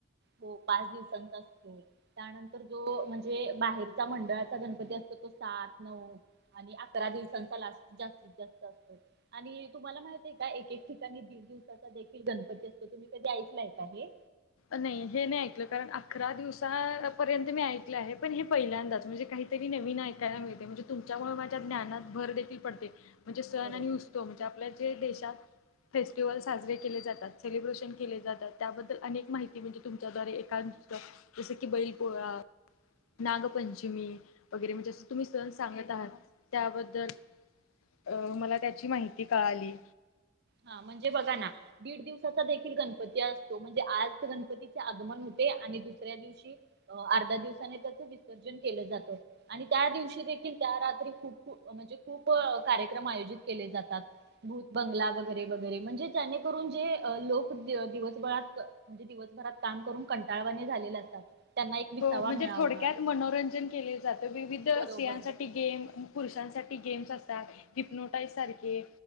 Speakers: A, on the right; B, on the left.
A: हो पाच दिवसांचा असतो त्यानंतर जो म्हणजे बाहेरचा मंडळात गणपती असतो तो सात नऊ आणि अकरा दिवसांचा लास्ट जास्तीत जास्त असतो. आणि तुम्हाला माहित आहे का एक एक ठिकाणी दीड दिवसाचा देखील गणपती असतो तुम्ही कधी ऐकलाय का हे?
B: नाही हे नाही ऐकलं कारण अकरा दिवसापर्यंत मी ऐकलं आहे. पण हे पहिल्यांदाच म्हणजे काहीतरी नवीन ऐकायला मिळतय. म्हणजे तुमच्यामुळे माझ्या ज्ञानात भर देखील पडते. म्हणजे सण
A: बरोबर.
B: आणि उत्सव म्हणजे आपल्या देशात फेस्टिवल साजरे केले जातात, सेलिब्रेशन केले जातात त्याबद्दल अनेक माहिती म्हणजे तुमच्या द्वारे एखाद दुसर की बैल पोळा, नागपंचमी वगैरे म्हणजे असं तुम्ही सण सांगत आहात त्याबद्दल अं मला त्याची माहिती कळाली.
A: हा म्हणजे बघा ना दीड दिवसाचा देखील गणपती असतो. म्हणजे आज गणपतीचे आगमन होते आणि दुसऱ्या दिवशी अर्ध्या दिवसाने त्याच विसर्जन केलं जातं. आणि त्या दिवशी देखील त्या रात्री खूप खूप म्हणजे खूप कार्यक्रम आयोजित केले जातात. भूत बंगला वगै रे वगैरे म्हणजे जेणेकरून जे लोक दिवसभरात म्हणजे दिवसभरात काम करून कंटाळवाने झालेले असतात त्यांना एक विसावा
B: हो म्हणजे
A: मिळावा
B: थोडक्यात मनोरंजन केले जाते. विविध
A: बरोबर
B: स्त्रियांसाठी
A: बरोबर
B: गेम पुरुषांसाठी गेम्स असतात हिपनोटाईज सारखे